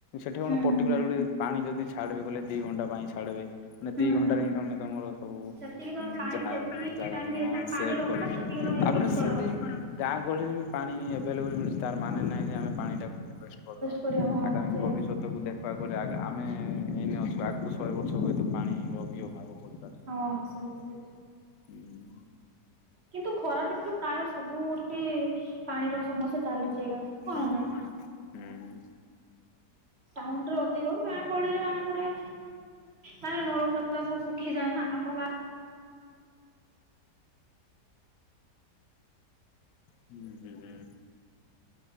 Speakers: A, on the left; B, on the right.
A: ସେଠି
B: ହୁଁ
A: କଣ
B: ହୁଁ
A: ପର୍ଟିକୁଲାର ଗୋଟେ ପାଣି ଯଦି ଛାଡ଼ିବେ ବଲେ ଦୁଇ ଘଣ୍ଟା ପାଇଁ ଛାଡ଼ିବେ। ମାନେ
B: ହୁଁ
A: ଦି
B: ହୁଁ
A: ଘଣ୍ଟାରେ
B: ହୁଁ।
A: ହିଁ ତମେ ତମର ସବୁ
B: ସେତିକି ତମେ ପାଣି
A: ଯାହା
B: ସେତିକି
A: ଜାଗା
B: ଟାଇମ
A: ଥିବ
B: ଭିତରେ
A: ହଁ
B: ତମେ
A: ସେ
B: ପାଣି ରଖ
A: କରିକିରି
B: ସେତିକି ତମେ
A: ତାପରେ
B: ୟୁଜ କର।
A: ସେମିତି ଗାଁ ଗହଳିରେ ବି। ପାଣି ଏଭେଲେବଲ ମିଳୁଛି ତାର ମାନେ ନାହିଁ ଯେ ଆମେ ପାଣି ଟାକୁ ଟିକେ ୱେଷ୍ଟ କରିଦେବା
B: କରିବ ହଁ
A: ଆଗାମୀ
B: ସେୟା
A: ଭବିଷ୍ୟତ କୁ ଦେଖିବାକୁ ଗଲେ ଆଗ ଆମେ ଏଇନେ ଅଛୁ ଆଗକୁ ଶହେ ବର୍ଷ ହୁଏତ ପାଣିର ବି ଅଭାବ ହେଇପାରେ।
B: ହଁ ସେ ବି ଠିକ।
A: ହୁଁ।
B: କିନ୍ତୁ ଖରାଦିନ ତ ପ୍ରାୟ ସବୁଠି ପାଣିର ସମସ୍ୟା ଚାଲିଛି ଆଜ୍ଞା କଣ
A: ହୁଁ
B: ନାହିଁ।
A: ହୁଁ।
B: ଟାଉନ ରେ ଅଧିକ ଗାଁ ଗହଳିରେ ମାନଙ୍କରେ। ମାନେ ନଳକୂପ ସବୁ ଶୁଖିଯାଏ ନା ଆମ ଗାଁ।
A: ହୁଁ ହୁଁ ହୁଁ।